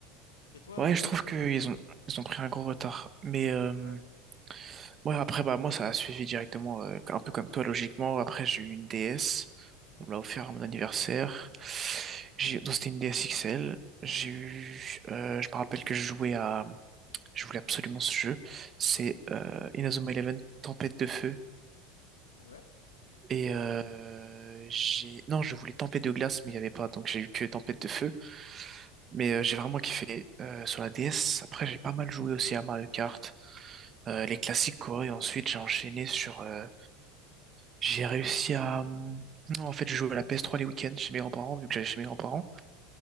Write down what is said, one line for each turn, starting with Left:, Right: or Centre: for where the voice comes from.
Left: Et toi, euh,
Right: Ouais, je
Left: c'était
Right: trouve
Left: comment
Right: qu'ils
Left: euh,
Right: ont, ils ont pris un gros retard. Mais euh,
Left: Ouais.
Right: ouais, après, bah, moi, ça a suivi directement, euh, un peu comme toi, logiquement. Après, j'ai eu une DS.
Left: Mhm.
Right: On me l'a offert à mon anniversaire. J'ai, donc, c'était une DS XL. J'ai eu, euh, je me rappelle que je jouais à, je voulais absolument ce jeu. C'est euh, Inazuma Eleven Tempête de Feu.
Left: Ouais.
Right: Et euh, j'ai, non, je voulais Tempête de Glace, mais il n'y avait pas, donc j'ai eu que Tempête de Feu. Mais euh, j'ai vraiment kiffé euh, sur la DS. Après, j'ai pas mal joué aussi à Mario Kart. euh, les classiques quoi. Et ensuite, j'ai enchaîné sur. euh, j'ai réussi à. hum, Non, en fait, je joue à la ps trois les week-ends chez mes grands-parents, vu que j'allais chez mes
Left: Ok,
Right: grands-parents.
Left: Ouais,